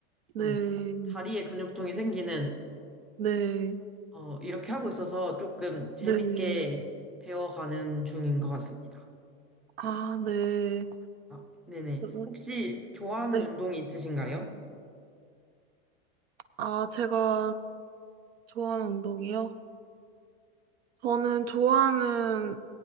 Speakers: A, in the centre; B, on the right.
A: 조금
B: 네,
A: 다리에 근육통이 생기는,
B: 네,
A: 어, 이렇게 하고 있어서 조금 재밌게
B: 네.
A: 배워가는 중인 것 같습니다.
B: 아, 네.
A: 아, 네네.
B: 그러-
A: 혹시 좋아하는
B: 네.
A: 운동이 있으신가요?
B: 아, 제가 좋아하는 운동이요? 저는 좋아하는